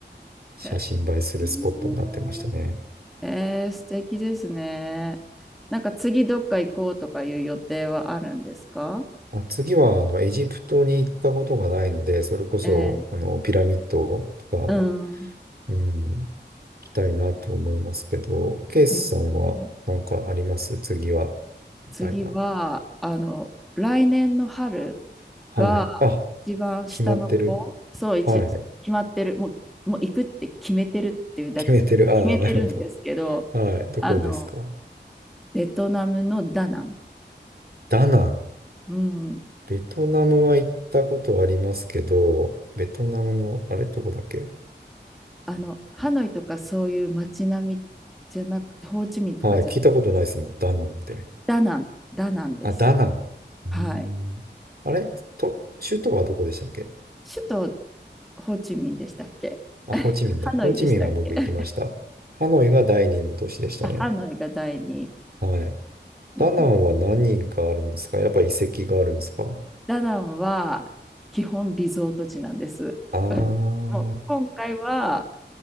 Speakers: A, on the right; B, in the centre.
A: 写真映えするスポットになってましたね。
B: えーえー、素敵ですね。なんか次どっか行こうとかいう予定はあるんですか
A: あ、次は、あの、エジプトに行ったことがないので、それこそ、
B: えー、
A: あの、ピラミッドとか、
B: うん。
A: うん、行きたいなと思いますけど、ケイスさんはなんかあります次は、
B: えー
A: みたいな。
B: 次は、あの、来年の春
A: はい。
B: が
A: あ、
B: 一番下の子、
A: 決まってる。
B: そう、一、
A: はい。<laughs>
B: 決まってる、もう、もう行くって決めてるっていうだ、
A: 決めてる。
B: 決
A: ああ、
B: めてるんですけど、
A: なるほど。はい。どこですか
B: あの、ベトナムのダナン。
A: ダナン。
B: うん。
A: ベトナムは行ったことありますけど、ベトナムの、あれ、どこだっけ
B: あの、ハノイとかそういう街並みじゃなくて、ホーチミンとかじゃなくて、
A: はい。聞いたことないですもん。ダノンって。
B: ダナン、ダナンです。
A: あ、ダナン。うーん。
B: はい。
A: あれと、首都はどこでしたっけ
B: 首都ホーチミンでしたっけ <laughs>
A: あ、
B: ハノイでしたっけ
A: ホーチミンだ。ホーチミンは僕行きました。
B: <laughs>
A: ハノイが第二の都市でしたね。
B: あハノイが第二
A: はい。
B: うん。
A: ダナンは何があるんですかやっぱ遺跡があるんですか
B: ダナンは基本リゾート地なんです。
A: あー。
B: <laughs> もう今回は、
A: う